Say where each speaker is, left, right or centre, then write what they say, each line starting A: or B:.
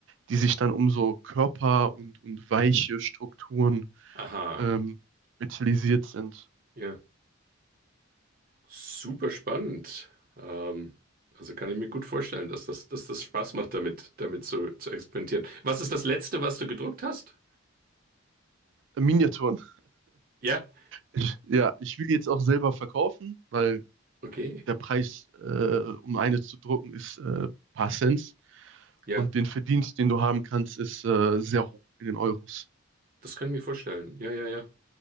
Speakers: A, on the right (about 55°); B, on the right (about 40°).
A: die sich dann um so Körper und, und weiche Strukturen
B: Aha,
A: ähm, spezialisiert sind.
B: ja, super spannend. Ähm, also kann ich mir gut vorstellen, dass das, dass das Spaß macht, damit, damit zu zu experimentieren. Was ist das Letzte, was du gedruckt hast?
A: Miniaturen.
B: Ja,
A: Ich, ja, ich will die jetzt auch selber verkaufen, weil
B: okay,
A: der Preis, äh, um eine zu drucken, ist äh, paar Cent.
B: ja,
A: Und den Verdienst, den du haben kannst, ist äh, sehr hoch in den Euros.
B: das kann ich mir vorstellen. Ja, ja, ja,